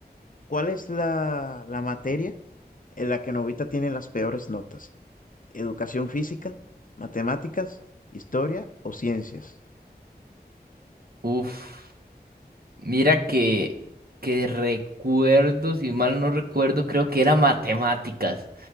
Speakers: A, on the left; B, on the right.
A: ¿cuál es la la materia en la que Novita tiene las peores notas? ¿Educación física, matemáticas, historia o ciencias?
B: Uf. Mira que, que recuerdo, si mal no recuerdo, creo que era matemáticas.